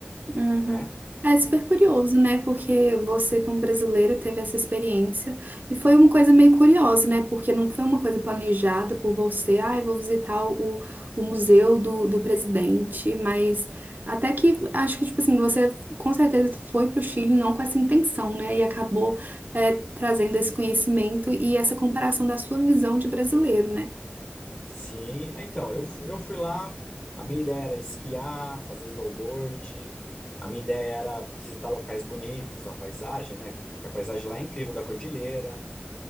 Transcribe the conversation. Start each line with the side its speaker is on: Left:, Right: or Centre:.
Right: Uhum.
Left: né?
Right: É super curioso, né? Porque você, como brasileiro, teve essa experiência e foi uma coisa meio curiosa, né? Porque não foi uma coisa planejada por você, ah, eu vou visitar o, o museu do, do presidente, mas até que acho que, tipo assim, você com certeza foi para o Chile não com essa intenção, né? E acabou é, trazendo esse conhecimento e essa comparação da sua visão de brasileiro, né?
Left: Sim, é, então, eu, fu- eu fui lá, a minha ideia era esquiar, fazer snowboard, a minha ideia era visitar locais bonitos, a paisagem, né? Que a paisagem lá é incrível da cordilheira.